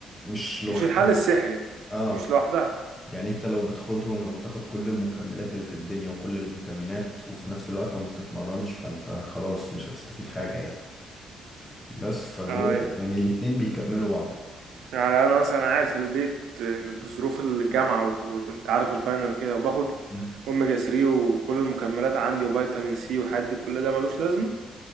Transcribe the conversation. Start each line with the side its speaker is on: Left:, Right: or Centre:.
Left: مش لوحدها
Right: مش الحل السحري
Left: اه
Right: مش لوحدها
Left: يعني انت لو بتاخدهم لو بتاخد كل المكملات اللي في الدنيا وكل الفيتامينات وفي نفس الوقت ما بتتمرنش فانت خلاص مش هتستفيد حاجة يعني بس فاللي
Right: اه
Left: هو يعني الاتنين بيكملوا بعض
Right: يعني انا مثلا قاعد في البيت بظروف الجامعه وت- وكنت عارف الفاينل وكده وباخد
Left: مم.
Right: اوميجا 3 وكل المكملات عندي وفيتامين سي وحد كل ده ملوش لازمه